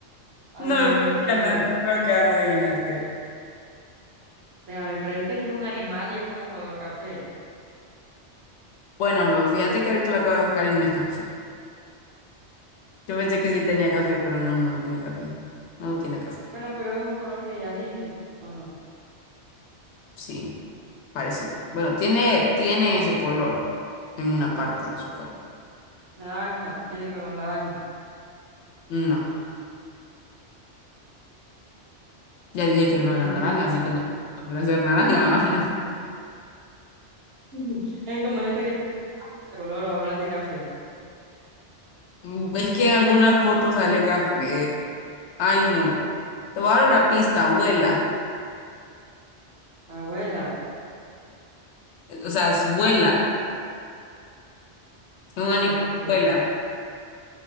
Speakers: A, on the right (about 60°); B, on the left (about 75°).
A: Ay,
B: No,
A: no,
B: creo
A: no sé.
B: que, no, creo que ya no adivinaste.
A: Espérame, pero viste que es un animal y es como color café.
B: Bueno, fíjate que ahorita lo acabo de buscar y no es café. Yo pensé que sí tenía café, pero no, no tiene café. No tiene café.
A: Bueno, pero es un color que ya dije, ¿o no?
B: Sí, parecido. Bueno, tiene, tiene ese color en una parte de su cuerpo.
A: Naranja, tiene color naranja.
B: No. Ya dije que
A: Ay,
B: no era naranja,
A: no.
B: así que no puede volver a ser naranja. <laughs> va.
A: <laughs> Es como este que tenía un de color o hablar de café.
B: Mm, Es que en algunas fotos sale café.
A: Ajá.
B: Ay, no. Te voy a dar una pista, vuela.
A: Abuela,
B: O sea, es- vuela.
A: abuela,
B: Es un animal que
A: ok.
B: vuela.